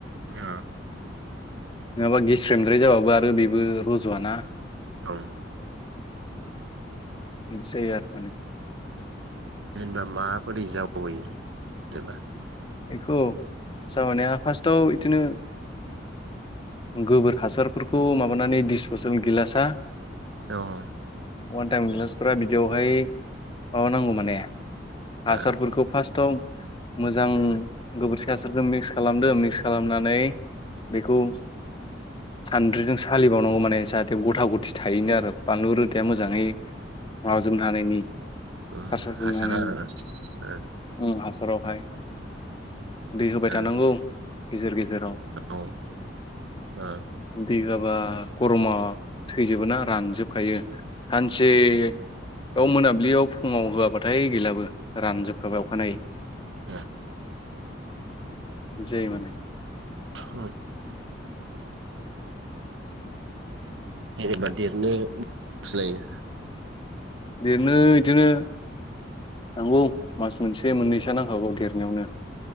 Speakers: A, on the right; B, on the left.
A: ओ
B: नङाबा गेस्रेमद्राय जाबाबो आरो बेबो रजआ ना
A: औ
B: जै आर
A: जेनेबा माबोरै जावैयो जेनेबा
B: बेखौ जावयैनाया फास्टआव इदिनो गोबोर हासारफोरखौ माबानानै डिसबथल गिलासा
A: दङ
B: अवान टाइम गिलासफोरा बिदियावहाय माबानांगौ माने हासारफोरखौ
A: ओ
B: फार्स्टआव मोजां गोबोरखि हासारखौ मिक्स खालामदो मिक्स खालामनानै बेखौ सान्द्रिजों सालिबावनांगौ माने जाहाथे गथा गथि थायिनि आरो बानलु रोदाया मोजाङै माजों हानायनि
A: ओ
B: हासारजों
A: हासारा
B: हानायनि
A: आरो ओ
B: ओं हास फोरावहाय दै होबाय थानांगौ
A: औ
B: गेजेर गेजे जेराव
A: ओ ओ
B: दै होआबा गरमा थैजोबो ना रानजोबखायो सानसे बेयाव मोनाब्लियाव फुंङाव होआबाथाय गैलाबो रानजोबखाबाय अखानायै
A: ओ
B: बिदि जयो माने
A: उम जेनेबा देरनो गुस्लायो
B: बिदिनो इदिनो नोंगौ मास मोनसे मोननैसोआ नांखागौ देरनायावनो